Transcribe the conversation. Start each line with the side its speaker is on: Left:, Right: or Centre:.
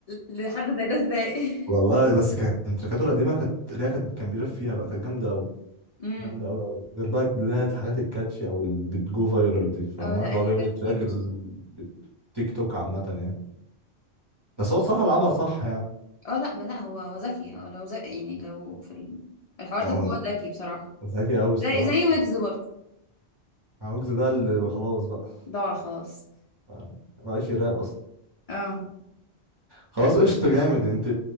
Left: لحد زي ده ازاي
Right: والله بس كان تراكاته القديمه كانت اللي هي كانت كان بيرف فيها بقى كانت جامده قوي
Left: <laughs> امم
Right: جامده قوي قوي غير بقى اللي هي الحاجات الكاتشي او اللي بتجو فايرال دي فاهمه
Left: او لا
Right: اللي هو
Left: الحاجات
Right: بيعمل تراك
Left: دي مش
Right: ال... تيك توك عامة يعني بس هو الصراحة لعبها صح يعني
Left: اه لا ما لا هو هو ذكي هو لو ذكي يعني لو في ال- الحوار
Right: اه
Left: ده فهو ذكي بصراحة
Right: ذكي أوي الصراحة
Left: زي زي ويجز برضه
Right: عوجز ده اللي خلاص بقى
Left: ضاع خلاص
Right: يعني مبقاش يراب أصلا
Left: اه
Right: خلاص قشطة جامد انت